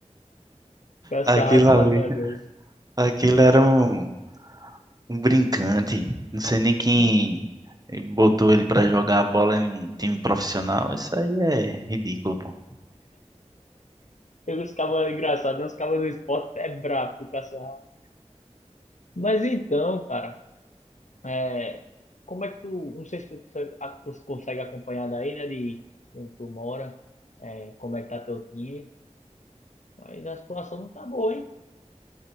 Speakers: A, on the left; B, on the right.
A: Caça-rato
B: Aquilo
A: matador.
B: ali,
A: <laughs>
B: aquilo era um. Um brincante. Não sei nem quem
A: Hum.
B: botou ele pra jogar a bola em um time profissional. Isso aí é ridículo, pô.
A: Eu ficava engraçado, né? os cabos do esporte é brabo com o caça-rato. Mas então, cara, é, como é que tu. Não sei se tu consegue, a- cons- consegue acompanhar daí, né? De onde tu mora, é, como é que tá teu time. Mas a situação não tá boa, hein?